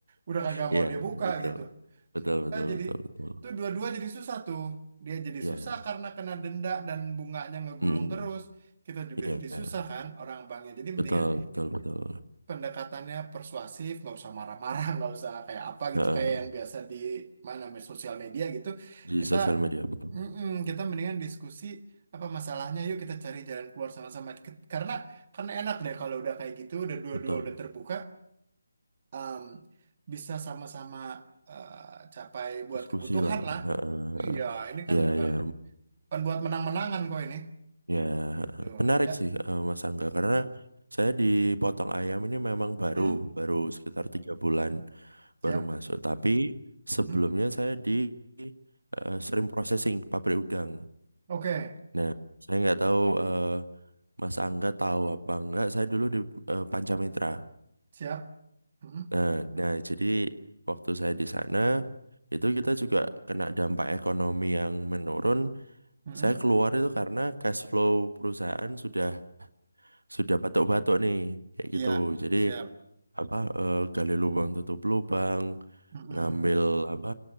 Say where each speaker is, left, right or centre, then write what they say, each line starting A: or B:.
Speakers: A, on the right; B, on the right.
A: Udah kagak
B: Ya.
A: mau dia buka
B: ya, Betul.
A: gitu
B: Betul. Betul.
A: Eh, jadi
B: Betul. Betul.
A: tuh dua-dua jadi susah tuh. Dia jadi
B: Ya.
A: susah karena kena denda dan bunganya ngegulung
B: Mm-mm.
A: terus. Kita juga
B: Ya.
A: jadi
B: ya.
A: susah kan orang banknya. Jadi mendingan
B: Betul. Betul. Betul.
A: pendekatannya persuasif, nggak usah marah-marah, <laughs> nggak usah kayak apa gitu
B: Heeh.
A: kayak yang biasa di mana namanya, sosial media gitu.
B: Di
A: Kita
B: sosial media. Betul.
A: mm-mm, kita mendingan diskusi apa masalahnya yuk kita cari jalan keluar sama-sama. Ke- Karena karena enak deh kalau udah kayak gitu, udah dua-dua
B: Betul.
A: udah terbuka, em, bisa sama-sama eh, capai buat
B: Diskusi
A: kebutuhan
B: lah.
A: lah
B: Heeh. heeh.
A: Iya, ini kan
B: Ya.
A: bukan
B: Ya.
A: bukan buat menang-menangan kok ini.
B: Ya,
A: Gitu.
B: heeh. menarik
A: Ya.
B: sih eh, Mas Angga karena saya di Potong Ayam ini memang baru
A: Hmm?
B: baru sekitar tiga bulan
A: Siap.
B: baru masuk. Tapi sebelumnya
A: Mm-mm.
B: saya di eh, shrimp processing pabrik udang.
A: Oke,
B: Nah, saya nggak tahu eh, Mas Angga tahu apa enggak. Saya dulu di eh, Pancamitra.
A: siap. Mm-mm.
B: Nah, nah, jadi waktu saya di sana itu kita juga kena dampak ekonomi yang menurun.
A: Mm-mm.
B: Saya keluar itu karena cash flow perusahaan sudah sudah batuk-batuk nih kayak
A: Iya,
B: gitu jadi
A: siap.
B: apa eh, gali lubang tutup lubang
A: Mm-mm.
B: ngambil apa